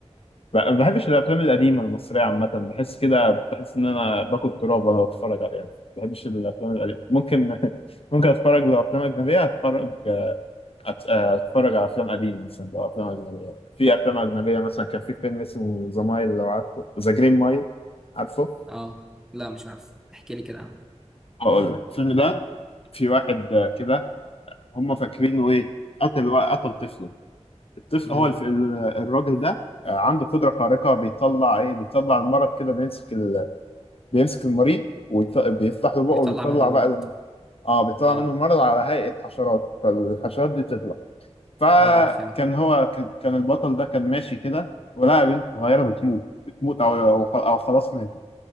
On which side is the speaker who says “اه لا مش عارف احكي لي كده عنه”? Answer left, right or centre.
Centre